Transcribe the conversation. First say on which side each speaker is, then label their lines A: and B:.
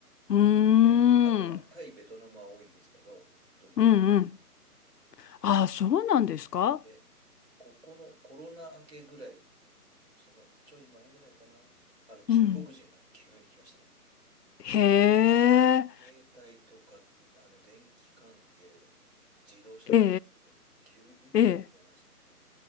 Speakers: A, on the left; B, on the right.
A: うー
B: で、あとまあタイ、
A: ん。
B: ベトナムは多いんですけど、ドイツは。
A: うんうん。ああ、そうなんですか
B: で、ここのコロナ明けぐらいそのちょい前ぐらいかな、あの中国人が急に来ましたね。
A: うん。へえ、
B: 携帯とか、あの電気関係、自動車関係、
A: え
B: 急に一気に増えましたね。
A: え、ええ、